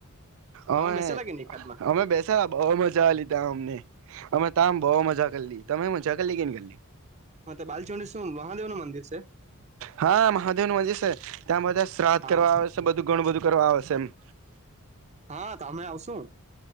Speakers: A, on the right; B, on the right.
A: તમે
B: અમે
A: બેસેલા કે નહી એકાદમાં
B: અમે બેસા બઉ મજા આલી તા અમને અમે તા બવ મજા કરલી તમે મજા કલી કે નઈ કલી.
A: માતા બાાલચંડીશવ મહાદેવ નું મંદિર છેે.
B: હા મહાદેવ નું હજી સે. ત્યાં બધા શ્રાદ્ધ
A: હા
B: કરવા આવે છે, બધું ઘણું બધું કરવા આવે છે એમ.
A: હા તમે આવશો?